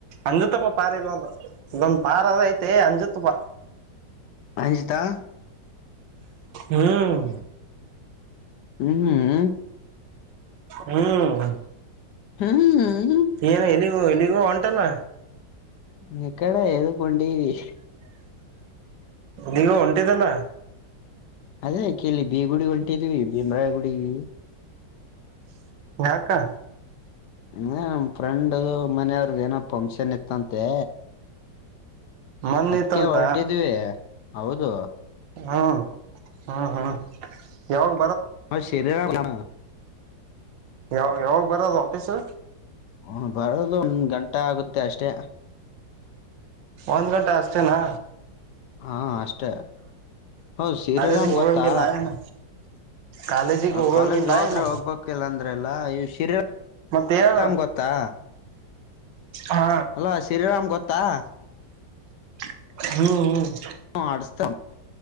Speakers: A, on the right; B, on the left.
A: ಅಂಜತ್ತಪ್ಪ ಪಾರ್ ಇಲ್ಲೊಂದು ಇದೊಂದ್ ಪಾರ್ ಅದ ಐತೆ ಅಂಜತ್ತಪ್ಪ
B: ಅಂಜಿತಾ
A: ಹ್ಮ್
B: ಹ್ಮ ಹ್ಮ್ ಹ್ಮ್ ಹ್ಮ
A: ಹ್ಮ್
B: ಹ್ಮ್
A: ಏನು ಎಲ್ಲಿಗೂ ಎಲ್ಲಿಗೂ ಹೊಂಟಾನ
B: ಹ್ಮ್ ಎದುಕ್ ಹೊಂಟಿದಿ
A: ನೀವು ಹೊಂಟಿದಲ್ಲ
B: ಅದೇ ಕಿಲ್ಲಿ ಬಿ ಗುಡಿ ಹೊಂಟಿದ್ವಿ ಭೀಮ್ರಾಯ ಗುಡಿಗಿ
A: ಯಕ್ಕಾ
B: ಹ ನ ಫ್ರೆಂಡ್ ಮನೆಯವ್ರದ ಏನ ಫಂಕ್ಷನ್ ಇತ್ತಂತೆ
A: ಮನ್
B: ಅದ್ಕೆ
A: ಇತ್ತಂತ
B: ಹೊರಟಿದ್ವಿ ಹೌದು
A: ಹ್ಮ್ ಹ್ಮ್ ಹ್ಮ್ ಯಾವಗ್
B: ಹ ಶರ್ಯಾನೂರದ
A: ಯಾವ ಯಾವಾಗ ಬರದು ವಾಫೀಸು
B: ಹ ಬರೋದು ಒಂದ್ ಗಂಟೆ ಆಗುತ್ತೆ ಅಷ್ಟೇ
A: ಒಂದ್ ಗಂಟೆ ಅಷ್ಟೇನಾ
B: ಹಾ ಅಷ್ಟೇ ಹೌದ ಶ್ರೀ
A: ಕಾಲೇಜಿಗೆ
B: ರಾಮ್
A: ಹೋಗಂಗಿಲ್ಲ
B: ಗೊತ್ತಾ
A: ಏನ ಕಾಲೇಜಿಗೆ
B: ಆ
A: ಹೋಗಂಗಿಲ್ಲ
B: ಕಾಲೇಜ್ ಹೋದ್ರೆ
A: ಏನ
B: ಹೋಗ್ಬೇಕ್ ಇಲ್ಲ ಅಂದ್ರೆ ಇಲ್ಲ ಶ್ರೀ
A: ಮತ್ತೆ ಹೇಳು
B: ಶೀರಾಮ ಗೋತ್ತಾ
A: ಹಾ
B: ಅಲ ಶ್ರೀರಾಮ ಗೊತ್ತ ತ್ತಾ
A: ಹ್ಮ್ ಹ್ಮ್
B: ಹ ಆಡಸ್ತ